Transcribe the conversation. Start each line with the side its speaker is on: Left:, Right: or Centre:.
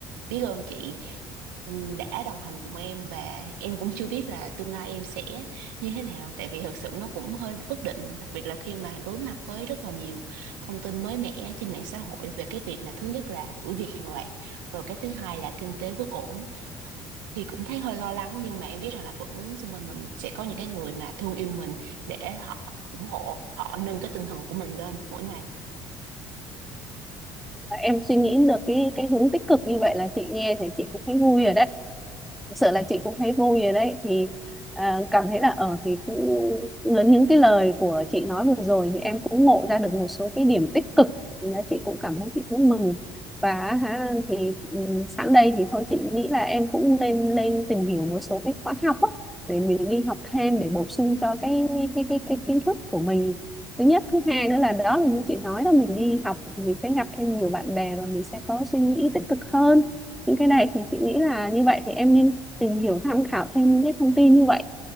Right: biết ơn chị ừm, đã đồng hành cùng em và em cũng chưa biết là tương lai em sẽ như thế nào tại vì thật sự nó cũng hơi bất định đặc biệt là khi mà đối mặt với rất là nhiều thông tin mới mẻ trên mạng xã hội về cái việc là thứ nhất là đuổi việc hàng loạt rồi cái thứ hai là kinh tế bất ổn thì cũng thấy hơi lo lắng nhưng mà em biết rằng là vẫn xung quanh mình sẽ có những cái người mà thương yêu mình để họ ủng hộ họ nâng cái tinh thần của mình lên mỗi ngày
Centre: em suy nghĩ được cái cái hướng tích cực như vậy là chị nghe thì chị cũng thấy vui rồi đấy thực sự là chị cũng thấy vui rồi đấy thì à, cảm thấy là ở thì cũng lớn những cái lời của chị nói vừa rồi thì em cũng ngộ ra được một số cái điểm tích cực Thì là chị cũng cảm thấy chị cũng mừng và hả, thì ừ, sẵn đây thì thôi chị nghĩ là em cũng nên lên tìm hiểu một số cái khóa học á, để mình đi học thêm để bổ sung cho cái cái cái cái kiến thức của mình thứ nhất thứ hai nữa là đó là như chị nói là mình đi học mình sẽ gặp thêm nhiều bạn bè và mình sẽ có suy nghĩ tích cực hơn những cái này thì chị nghĩ là như vậy thì em nên tìm hiểu tham khảo thêm những cái thông tin như vậy